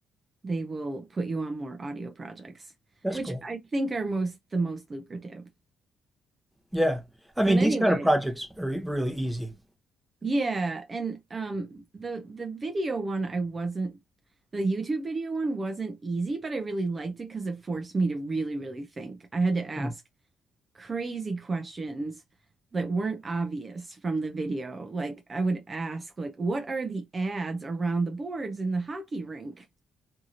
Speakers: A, on the right (about 30°); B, in the centre.
A: they will put you on more audio projects,
B: that's
A: which
B: cool.
A: I think are most the most lucrative.
B: Yeah. I mean,
A: But anyway,
B: these kind of projects are e- really easy.
A: yeah, and um the the video one I wasn't the YouTube video one wasn't easy, but I really liked it because it forced me to really, really think. I had to ask
B: Hmm.
A: crazy questions that weren't obvious from the video. Like I would ask like what are the ads around the boards in the hockey rink?